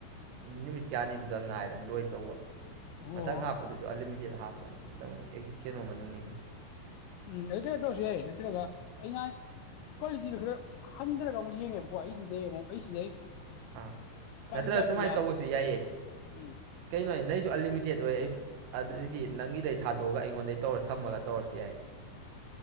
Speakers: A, on the right; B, on the left.
A: ꯅꯨꯃꯤꯠ ꯀꯌꯥꯅꯤꯗꯨꯗ ꯉꯥꯏꯔꯝ ꯂꯣꯏ ꯇꯧꯕ
B: ꯑꯣ
A: ꯃꯊꯪ ꯍꯥꯞꯄꯗꯨꯁꯨ ꯑꯃꯤꯦ ꯍꯥꯞꯄ ꯀꯩꯅꯣ ꯃꯅꯨꯡꯅꯤꯅ
B: ꯎ ꯎꯝ ꯑꯗꯨ ꯀꯩꯅꯣ ꯇꯧꯔꯁꯨꯍꯦ ꯅꯠꯇ꯭ꯔꯒ ꯑꯩꯅ ꯀ꯭ꯋꯥꯂꯤꯇꯤꯗꯨꯣ ꯈꯔ ꯍꯟꯊꯔꯒ ꯑꯃꯨꯛ ꯌꯦꯡꯉꯦꯕꯀꯣ ꯑꯩꯁꯤꯗꯩ ꯑꯃꯨꯛ ꯑꯩꯁꯤꯗꯩ
A: ꯑꯥ
B: ꯀꯥꯟ
A: ꯅꯠꯇ꯭ꯔ
B: ꯌꯥꯗꯤ
A: ꯁꯨꯃꯥꯏꯅ
B: ꯌꯥꯕꯅꯦ
A: ꯇꯧꯕꯁꯨ ꯌꯥꯏꯌꯦ
B: ꯎꯝ
A: ꯀꯩꯅꯣ ꯅ ꯑꯩꯁꯨ ꯑꯟꯂꯤꯃꯤꯇꯦꯠ ꯑꯣꯏ ꯑꯩ ꯑꯗꯨꯏꯗꯤ ꯅꯪꯒꯤꯗꯩ ꯊꯥꯗꯣꯛꯑꯒ ꯑꯩꯉꯣꯟꯗꯒꯤꯩ ꯇꯧꯔ ꯁꯝꯃꯒ ꯇꯧꯔꯁꯨ ꯌꯥꯏ